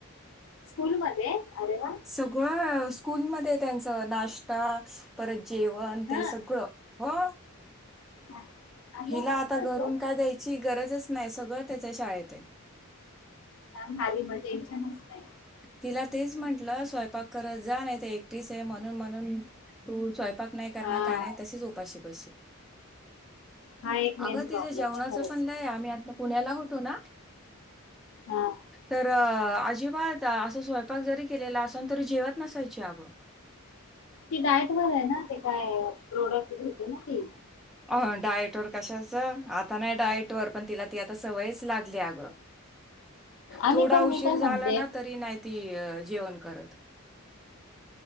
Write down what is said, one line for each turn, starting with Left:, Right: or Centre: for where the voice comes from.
Left: स्कूलमध्ये अरे वा
Centre: सगळं स्कूलमध्ये त्यांच नाश्ता परत जेवण
Left: हा
Centre: ते सगळं. हो.
Left: आणि
Centre: हिला
Left: मस्त
Centre: आता घरून
Left: ग
Centre: काय द्यायची गरजच नाही सगळं त्याच्या शाळेत आहे.
Left: का हारी मग टेन्शनच नाही.
Centre: तिला तेच म्हटलं स्वयंपाक करत जा नाही, तर एकटीस आहे म्हणून म्हणून तू स्वय पाक नाही करणार
Left: हा
Centre: काय नाही तशीच उपाशी बसशील
Left: हा एक मेन
Centre: अग ति
Left: प्रॉब्लेम
Centre: जेवणाच
Left: आहे खरंच
Centre: पण नाही आम्ही आ पुण्याला होतो ना
Left: हा
Centre: तर अजिबात असं स्वयंपाक जरी केलेला असल तरी जेवत नसेल. जागो
Left: ती डायट वर आहे ना ते काय प्रोडक्ट घेते ना ती
Centre: अ डाएट वर कशा असं आता नाही डायट वर पण तिला ती आता सवयच लाग ले आग
Left: आणि
Centre: थोडा
Left: पण मी
Centre: उशीर
Left: काय म्हणते
Centre: झाला ना तरी नाही ती जेवण करत.